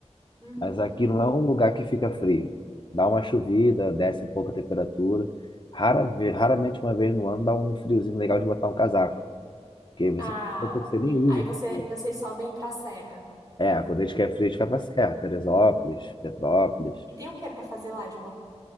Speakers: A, on the right; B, on the left.
A: Uhum.
B: mas aqui não é um lugar que fica frio. Dá uma chovida, desce um pouco a temperatura. Rara, ve- raramente uma vez no ano dá um friozinho legal de botar um casaco, porque você
A: Ah,
B: tem roupa que você nem
A: aí
B: usa de
A: você,
B: frio.
A: vocês sobem pra serra.
B: É, quando a gente quer frio, a gente vai pra Serra, Teresópolis, Petrópolis.
A: E tem o que pra fazer lá de bom?